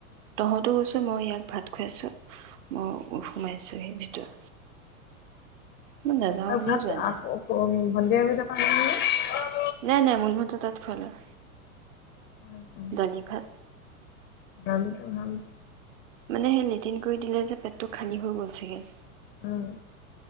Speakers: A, on the right (about 60°); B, on the left (about 25°).
A: তহঁতো গৈছো মই ইয়াক ভাত খুৱাইছো, মই সোমাইছো সেই ভিতৰত। মই নাযাওঁ
B: ত
A: বুলিয়ে
B: ঘাত
A: যোৱা নাই
B: আঁ-ক ভলীয়া বি দকাান ন নে <unintelligible>
A: নাই নাই মূল মত তাঁত খোৱা নাই
B: গালিটো
A: ডালি ভাত।
B: ইটো হম
A: মানে সেই লেটিন কৰি দিলে যে পেট খালি হৈ গ'ল চাগে।
B: উম।